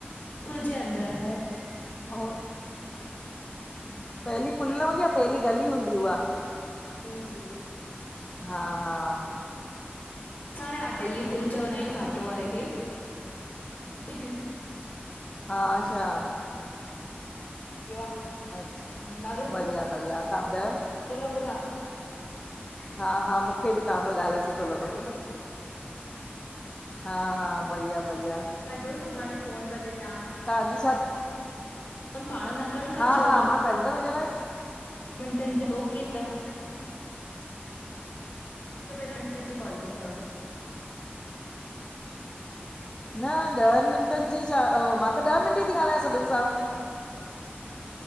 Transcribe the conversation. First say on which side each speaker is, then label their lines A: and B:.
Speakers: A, on the left (about 45°); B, on the left (about 20°).
A: पुल जे अंदिर।
B: ऐं ऐं
A: हा <inaudible>
B: पहली पुल न हूंदीआ, पहली गली हूंदी उहा।
A: जी जी <unintelligible>
B: हा हा
A: असां हाणे अटेली
B: सुठो
A: पुल चवंदा आहियूंस आटो वारे खे। हम्म
B: हा छा?
A: ॿियो?
B: अच्छा
A: ॾाढो सुठो
B: बढ़िया बढ़िया, तव्हां ॿुधायो?
A: <unintelligible>
B: हा हा मूंखे बि तव्हां सां ॻाल्हाए सुठो लॻो।
A: तव्हां
B: हा हा बढ़िया बढ़िया।
A: कजो सुभाणे फोन भले तव्हां।
B: तव्हांजी छा
A: फोन पाण न कट कजो
B: हा हा मां कंदमि इनये लाइ।
A: मिटनि जी <unintelligible> मूंखे पहिरं मिंटनि जी कॉलिंग तव।
B: न ॾहनि मिंटनि जी छा? मां त ॾह मिंट ती ॻाल्हायां सभिनि सां।